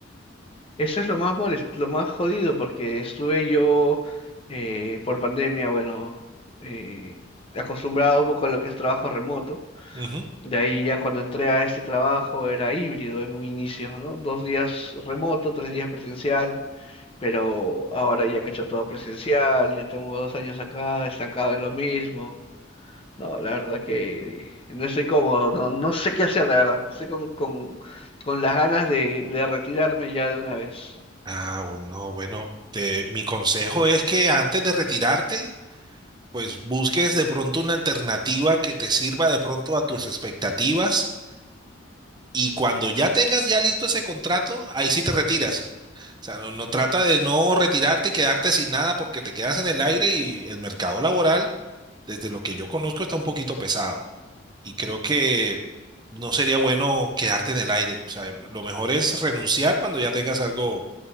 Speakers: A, on the left; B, on the right.
A: Eso es lo más molest- lo más jodido, porque estuve yo eh, por pandemia, bueno, eh, acostumbrado un poco a lo que es trabajo remoto.
B: Ujú.
A: De ahí ya cuando entré a este trabajo era híbrido en un inicio, ¿no? Dos días remoto, tres días presencial, pero ahora ya han hecho todo presencial, yo tengo dos años acá, estancado en lo mismo. No, la verdad que no estoy cómodo, no, no sé qué hacer, la verdad. Estoy con, con, con las ganas de, de retirarme ya de una vez.
B: Ah, bueno, bueno, te- mi consejo es que antes de retirarte, pues busques de pronto una alternativa que te sirva de pronto a tus expectativas Y cuando ya tengas ya listo ese contrato, ahí sí te retiras. O sea, no, no trata de no retirarte y quedarte sin nada porque te quedas en el aire y el mercado laboral, desde lo que yo conozco, está un poquito pesado. Y creo que no sería bueno quedarte en el aire. O sea, lo mejor es renunciar cuando ya tengas algo,